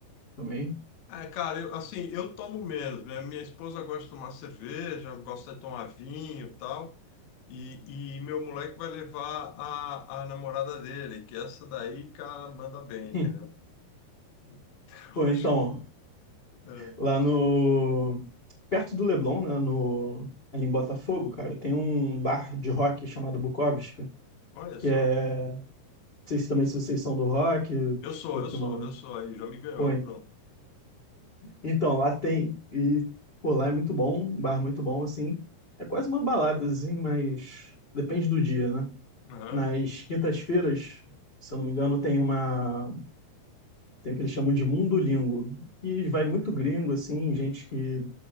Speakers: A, on the left; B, on the left.
A: também.
B: É, cara, eu, assim, eu tomo menos, né? Minha esposa gosta de tomar cerveja, gosta de tomar vinho e tal, e, e meu moleque vai levar a, a namorada dele, que essa daí, cara, manda bem, entendeu?
A: <laughs> Hum.
B: <laughs> Então,
A: Pô,
B: eu
A: então,
B: acho, é,
A: lá no, perto do Leblon, né, no, ali em Botafogo, cara, tem um bar de rock chamado Bukowski,
B: olha
A: que
B: só,
A: é, não sei se também se vocês são do rock,
B: eu
A: se
B: sou,
A: curtem
B: eu sou,
A: uma
B: eu sou aí, já me ganhou,
A: Foi.
B: pronto.
A: Então, lá tem. E, pô, lá é muito bom, um bar muito bom, assim. É quase uma balada, assim, mas depende do dia, né?
B: Aham,
A: Nas quintas-feiras, se eu não me engano, tem uma. Tem o que eles chamam de Mundolingo. E vai muito gringo, assim, gente que,